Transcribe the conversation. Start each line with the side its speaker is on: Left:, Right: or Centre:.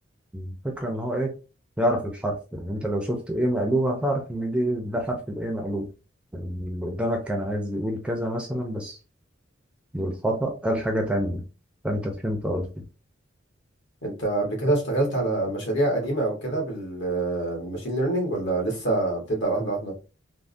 Centre: الفكرة إن هو إيه يعرف الحرف يعني أنت لو شفت إيه مقلوبة هتعرف إن دي ده حرف الإيه مقلوب يعني اللي قدامك كان عايز يقول كذا مثلا بس بالخطأ قال حاجة تانية فأنت فهمت قصدي
Left: انت قبل كده اشتغلت على مشاريع قديمه او كده بالماشين ليرنينج ولا لسه بتبدا واحده واحده